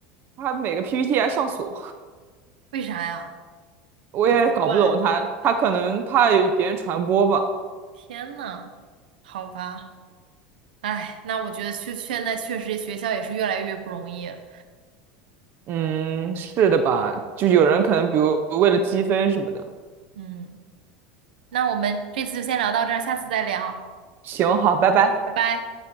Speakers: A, on the right; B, on the right.
A: 他每个 PPT 还上锁，
B: 为啥呀？
A: 我也搞不懂他，
B: 好奇怪。
A: 他可能怕有别人传播吧。
B: 天呐，好吧，唉，那我觉得确现在确实这学校也是越来越不容易了
A: 嗯，是的吧？就有人可能比如为了积分什么的。
B: 嗯。那我们这次就先聊到这儿，下次再聊，
A: 行，好，拜拜。
B: 拜拜。